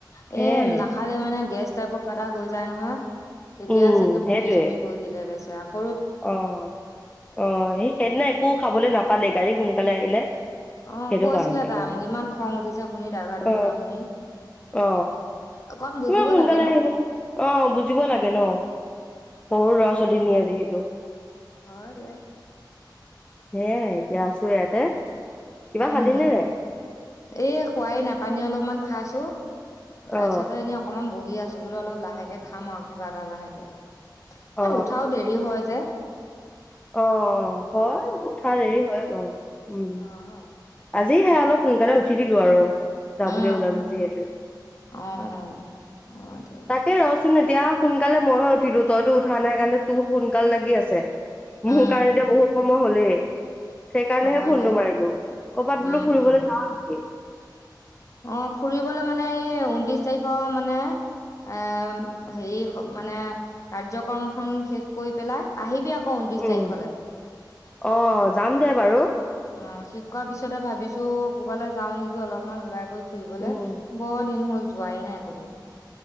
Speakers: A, on the left; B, on the left.
A: সেয়াই।
B: এ নাখালে মানে গেছ টাইপৰ কিবা এটা হৈ যায় নহয় তেতিয়া
A: উম,
B: চাগে
A: সেইটোৱে
B: বমি চমি কৰি দিলে বেচ ত <unintelligible>
A: অ অ এ সেইদিনা একো খাবলৈ নাপালে গাড়ী সোন কালি আহিলে
B: অ
A: সেইটো
B: কৈছিলে
A: কাৰণে
B: তাই
A: মানে
B: মোৰ ইমান খং উঠিছে শুনি ড্ৰাইভাৰটোৰ
A: অ
B: কথা শুনি
A: অ
B: অকণ বুজিব
A: ইমান সোনকালে
B: লাগে ন
A: আহিব নে অ বুজিব লাগে ন সৰু লৰা
B: উম
A: ছোৱালী নিয়ে যিহেতু
B: হয় দে।
A: সেয়াই এতিয়া আছো ইয়াতে কিবা
B: উম
A: খালি নে নাই
B: এ খোৱাই নাই পানী অলপমান খাইছো
A: অ
B: তাৰপিছতে এনেই অকমান বহি আছো বোলো অলপ লাহেকে খাম আৰু কিবা এটা লাহেকে
A: অ
B: এ উঠাও দেৰি হয় যে
A: অ হয় উঠা দেৰি হয় বাৰু উম
B: অ'।
A: আজি হে অলপ সোনকালে উঠি দিলো আৰু যাবলৈ
B: উম
A: ওলালো যিহেতু
B: অ অ অ দে
A: তাকে ৰ চোন এতিয়া সোনকালে মইহে উঠিলো তইতো উঠা নাই কাৰণে তোৰ সোনকাল লাগি আছে।
B: উম
A: মোৰ কাৰণে এতিয়া বহুত সময় মোৰ হ'লে সেইকাৰণেহে
B: হয়
A: ফোনটো
B: দে
A: মাৰিলো ক'ৰবাত
B: উম
A: বোলো ফুৰিবলৈ
B: উম
A: যাওঁ
B: অ ফুৰিবলৈ মানে এই ঊনত্ৰিশ তাৰিখৰ মানে এ হেৰি মানে কাৰ্যক্ৰম খন শেষ কৰি পেলাই আহিবি আকৌ। ঊনত্ৰিশ
A: উম
B: তাৰিখলে
A: অ যাম দে বাৰু
B: অ শেষ কৰোৱাৰ পিছতে ভাবিছো ক'বালৈ যাওঁ নেকি। অলপমান ওলাই কৰি ফুৰিবলে
A: উম,
B: বৰ দিন হ'ল। যোৱাই নাই কতো